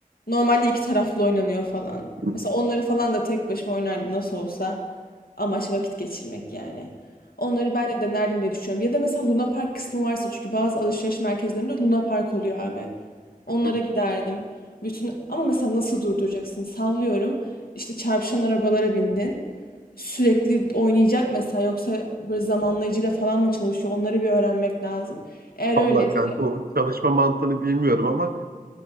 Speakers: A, on the left (about 80°); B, on the right (about 85°).
A: Normalde iki taraflı oynanıyor falan.
B: Hı
A: Mesela onları falan da tek başıma oynardım nasıl olsa. Amaç vakit geçirmek yani. Onları ben de denerdim diye düşünüyorum. Ya da mesela Luna Park kısmı varsa çünkü bazı alışveriş merkezlerinde Luna Park oluyor abi. Onlara
B: hı.
A: giderdim. Bütün ama mesela nasıl durduracaksın? Sallıyorum. İşte çarpışan arabalara bindin. Sürekli oynayacak mesela yoksa böyle zamanlayıcıyla falan mı çalışıyor? Onları bir öğrenmek lazım. Eğer öyleyse
B: Vallahi kanka o çalışma mantığını bilmiyorum ama